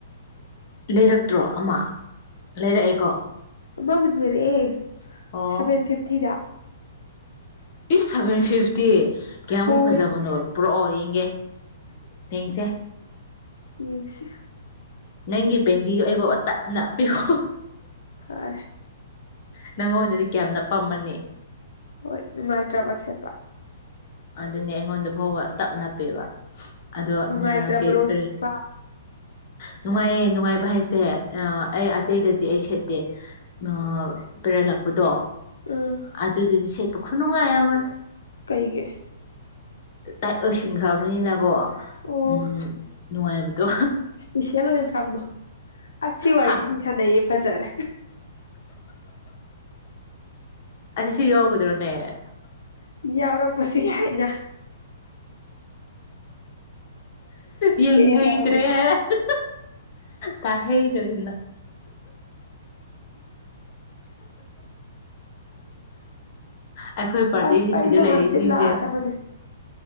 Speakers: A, on the left; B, on the left.
A: ꯂꯩꯔꯛꯇ꯭ꯔꯣ ꯑꯃ ꯂꯩꯔꯛꯑꯦꯀꯣ
B: ꯑꯃꯕꯨꯟ ꯂꯩꯔꯛꯑꯦ
A: ꯑꯣ
B: ꯁꯚꯦꯟ ꯐꯤꯞꯇꯤꯗ
A: ꯏꯁ ꯁꯚꯦꯟ ꯐꯤꯐꯇꯤ ꯀꯌꯥꯃꯨꯛ
B: ꯍꯣꯏ
A: ꯐꯖꯕꯅꯣ ꯄꯨꯔꯛꯑꯣ ꯌꯦꯡꯒꯦ ꯊꯦꯡꯁꯦ
B: ꯌꯦꯡꯁꯦ
A: ꯅꯪꯒꯤ ꯄꯦꯟꯇꯤꯗꯨ ꯑꯩꯕꯨꯛ ꯇꯞ ꯅꯞꯄꯤꯕꯨ
B: ꯐꯔ‌ꯦ
A: ꯅꯪꯉꯣꯟꯗꯗꯤ ꯀꯌꯥꯝ ꯅꯞꯄꯝꯃꯅꯤ
B: ꯍꯣꯏ ꯅꯨꯡꯉꯥꯏꯇ꯭ꯔꯕ ꯁꯦꯠꯄ
A: ꯑꯗꯨꯅꯦ ꯑꯩꯉꯣꯟꯗ ꯐꯥꯎꯕ ꯇꯞꯅꯞꯄꯦꯕ ꯑꯗꯣ
B: ꯅꯨꯡꯉꯥꯏꯇ꯭ꯔꯕ꯭ꯔꯣ
A: ꯀ ꯀꯔꯤ
B: ꯁꯦꯠꯄ
A: ꯅꯨꯡꯉꯥꯏꯌꯦ ꯅꯨꯡꯉꯥꯏꯕ ꯍꯥꯏꯁꯦ ꯑꯩ ꯑꯇꯩꯗꯗꯤ ꯑꯩ ꯁꯦꯠꯇꯦ ꯑꯥ ꯄꯦꯔꯂꯛꯄ ꯄꯗꯣ
B: ꯎꯝ
A: ꯑꯗꯨꯗꯗꯤ ꯁꯦꯠꯄ ꯈꯨꯅꯨꯡꯉꯥꯏ ꯑꯃꯥ
B: ꯀꯩꯒꯦ
A: ꯇꯠ ꯑꯣꯏꯁꯤꯟꯈ꯭ꯔꯕꯅꯤꯅ ꯀꯣ
B: ꯑꯣ
A: ꯎꯝ ꯅꯨꯡꯉꯥꯏꯕꯗꯣ
B: ꯏꯁꯄꯤꯁꯦꯜ ꯑꯣꯏꯅ ꯊꯝꯃꯣ ꯑꯁ ꯁꯤ ꯋꯥꯔꯤꯒꯤꯁꯤ
A: ꯍꯥ
B: ꯁꯨꯝ ꯁꯅꯩꯌ‌ꯦ ꯐꯖꯔꯦ
A: ꯑꯁꯤ ꯍꯒꯗ꯭ꯔꯣꯅꯦ
B: ꯃꯤ ꯌꯥꯎꯔꯛꯄꯁꯨ ꯌꯥꯏꯅ
A: ꯌꯦꯡ
B: ꯄꯦꯜꯂꯕꯅꯤ
A: ꯍꯩꯗ꯭ꯔꯦ ꯍꯥꯔꯛꯑꯅꯤ ꯇꯥ ꯍꯩꯗꯔ‌ꯦꯅꯥ ꯑꯩꯈꯣꯏ ꯄꯥꯔꯇꯤꯖꯤ
B: ꯑꯁ ꯑꯩꯁꯨ
A: ꯁꯤꯗ ꯂꯩꯔꯤꯁꯤꯡꯁꯦ
B: ꯍꯥꯡꯆꯤꯠ ꯂꯥꯛꯑꯗꯕꯅꯦ